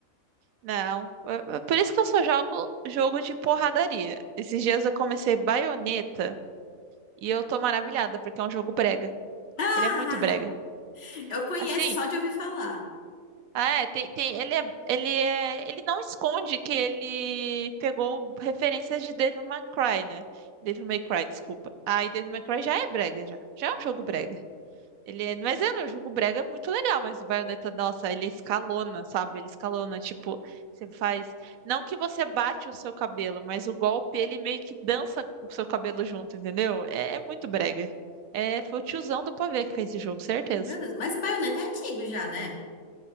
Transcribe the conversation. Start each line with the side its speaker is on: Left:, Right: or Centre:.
Right: Não. eu- eu- Por isso que eu só jogo jogo de porradaria. Esses dias eu comecei Bayonetta e eu tô maravilhada, porque é um jogo brega.
Left: Ah,
Right: Ele é muito brega.
Left: eu conheço
Right: Assim,
Left: só de ouvir falar.
Right: É, tem, tem, ele é, ele é, ele não esconde que ele pegou referências de Devil May Cry, né? Devil May Cry, desculpa. Aí Devil May Cry já é brega, já. Já é um jogo brega. Ele é, mas é um jogo brega muito legal, mas o Bayonetta, nossa, ele escalona, sabe? Ele escalona, tipo, você faz, não que você bate o seu cabelo, mas o golpe, ele meio que dança o seu cabelo junto, entendeu? É, é muito brega. É, foi o tiozão do pavê que fez esse jogo, certeza.
Left: Meu Deus, mas o Bayonetta é antigo já, né?